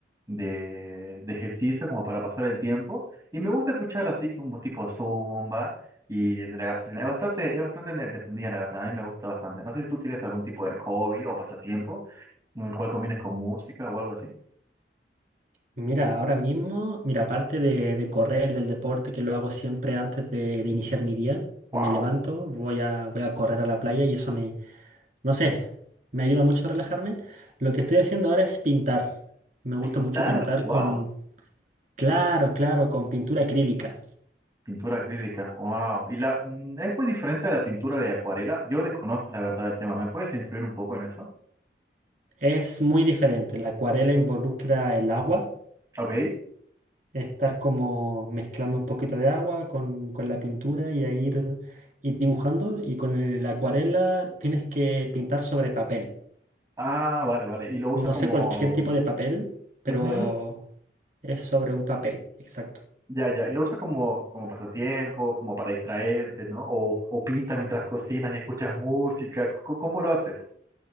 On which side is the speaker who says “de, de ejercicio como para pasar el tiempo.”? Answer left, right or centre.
Right